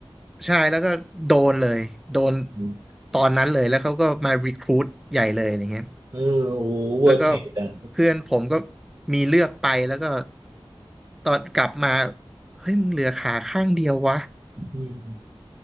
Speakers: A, in the centre; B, on the right.
A: ใช่แล้วก็โดนเลยโดน
B: อ
A: ตอนนั้นเลยแล้วเขาก็มารีครู t ใหญ่เลยอะไรเงี้ย
B: เออโอ้เวอร์เทรดอ่ะ
A: แล้วก็เพื่อนผมก็มีเลือกไปแล้วก็ตอนกลับมาเฮ้ยมึงเหลือขาข้างเดียววะ
B: อืม